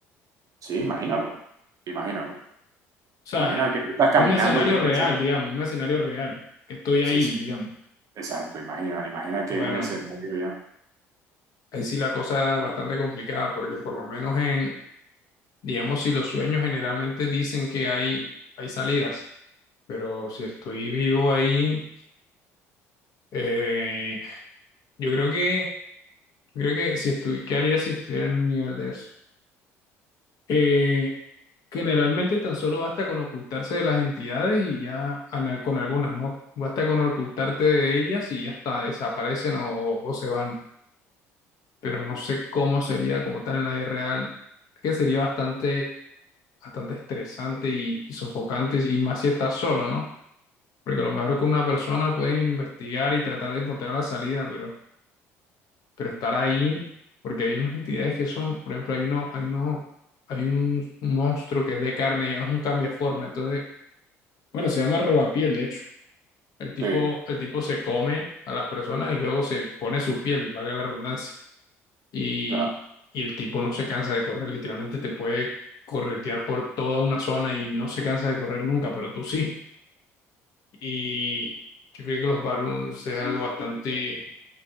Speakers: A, on the right; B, on the left.
A: Sí, imagínalo, imagínalo.
B: sea,
A: Imagina
B: es
A: que tú estás caminando,
B: un escenario
A: yo
B: real,
A: qué sé.
B: digamos, un escenario real, que estoy
A: Sí,
B: ahí,
A: sí,
B: digamos.
A: exacto, imagina, imagina que
B: Bueno,
A: es un escenario ya.
B: ahí sí la cosa es bastante complicada, porque por lo menos en, digamos, si los sueños generalmente dicen que hay, hay salidas, pero si estoy vivo ahí, eh, yo creo que... Creo que si estu- ¿qué haría si estuviera en un nivel de eso? Eh, generalmente tan solo basta con ocultarse de las entidades y ya ana- con algunas, ¿no? Basta con ocultarte de ellas y ya está, desaparecen o, o se van. Pero no sé cómo sería como tal en la vida real, que sería bastante, bastante estresante y sofocante, y más si estás solo, ¿no? Porque a lo mejor con una persona pueden investigar y tratar de encontrar la salida, pero... pero estar ahí, porque hay unas entidades que son, por ejemplo, hay uno, hay uno, hay un, monstruo que es de carne y es un cambiaforma, entonces, bueno, se llama robapiel, de hecho. El tipo,
A: Sí,
B: el tipo se come a las personas y luego se pone su piel, valga la redundancia, y,
A: claro,
B: y el tipo no se cansa de correr, literalmente te puede corretear por toda una zona y no se cansa de correr nunca, pero tú sí. Y yo creo que los Barlons es algo bastante